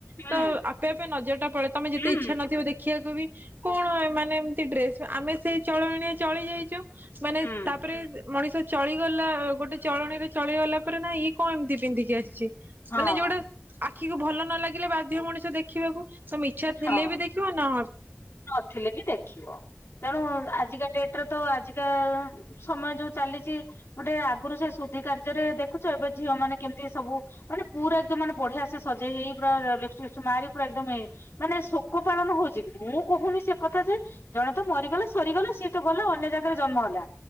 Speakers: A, on the left; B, on the right.
A: ହୁଁ।
B: ତ ଆପେ ଆପେ ନଜର ଟା ପଲେ ତମେ ଯେତେ
A: ହୁଁ
B: ଇଚ୍ଛାନଥିବ ଦେଖିବାକୁ ବି କଣ ଏମାନେ ଏମତି ଡ୍ରେସ ଆମେ ସେଇ ଚଳଣିଆ ଚଳି ଯାଇଛୁ। ମାନେ
A: ହୁଁ
B: ତାପରେ ମଣିଷ ଚଳିଗଲା ଗୋଟେ ଚଳଣିରେ ଚଳିଗଲା ପରେ ନା ଇଏ କଣ ଏମିତି ପିନ୍ଧିକି ଆସିଛି।
A: ହଁ
B: ମାନେ ଯୋଉଟା ଆଖିକୁ ଭଲ ନ ଲାଗିଲେ, ବାଧ୍ୟ ମଣିଷ ଦେଖିବାକୁ। ତମେ ଇଚ୍ଛା ଥିଲେ
A: ହଁ।
B: ବି ଦେଖିବ ନ
A: ନଥିଲେ ବି ଦେଖିବ ତେଣୁ ଆଜିକା ଡେଟ୍ରେ ତ ଆଜିକା ସମୟ ଯୋଉ ଚାଲିଛି ଗୋଟେ ଆଗରୁ ସେ ଶୁଦ୍ଧି କାର୍ଯ୍ୟରେ ଦେଖୁଛୁ, ଏବେ ଝିଅ ମାନେ କେମିତି ସବୁ ମାନେ ପୁରା ମାନ ବଢିଆ ସେ ସଜେଇ ହେଇ ପୁରା ଲିପଷ୍ଟିକ୍, ଫିପଷ୍ଟିକ୍ ମାରି ପୁରା ଏକ୍ ଦମ୍ ମାନେ ଶୋକ ପାଳନ ହଉଛି, କି ମୁଁ କହୁନି ସେ କଥା ଯେ ଜଣେ ତ ମରିଗଲା ସରିଗଲା ସିଏ ତ ଗଲା ଆଉ ଅନ୍ୟ ଜାଗାରେ ଜନ୍ମ ହେଲା